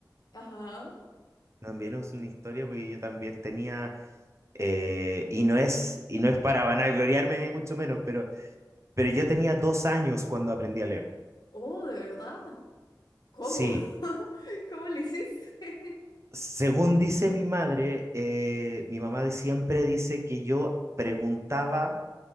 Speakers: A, on the left; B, on the right.
A: Ajá.
B: También es una historia porque yo también tenía, eh, y no es, y no es para vanagloriarme ni mucho menos, pero, pero yo tenía dos años cuando aprendí a leer.
A: Oh, ¿de verdad? ¿Cómo?
B: Sí,
A: <laughs> ¿Cómo le hiciste?
B: según dice mi madre, eh, mi mamá de siempre dice que yo preguntaba